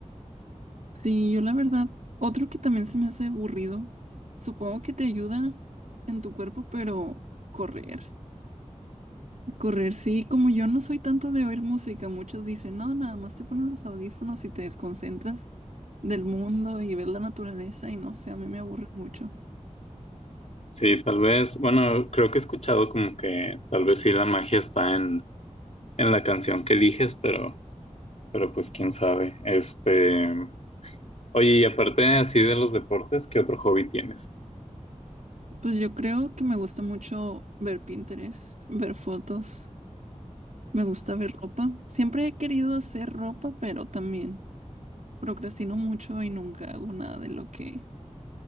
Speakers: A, on the right (about 70°); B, on the left (about 60°).
A: Sí, yo la verdad, otro que también se me hace aburrido, supongo que te ayuda en tu cuerpo, pero correr. Correr, sí, como yo no soy tanto de oír música, muchos dicen, no, nada más te pones los audífonos y te desconcentras del mundo y ves la naturaleza y no sé, a mí me aburre mucho.
B: Sí, tal vez, bueno, creo que he escuchado como que tal vez sí la magia está en, en la canción que eliges, pero, pero pues quién sabe. Este, oye, y aparte así de los deportes, ¿qué otro hobby tienes?
A: Pues yo creo que me gusta mucho ver Pinterest, ver fotos, me gusta ver ropa. Siempre he querido hacer ropa, pero también procrastino mucho y nunca hago nada de lo que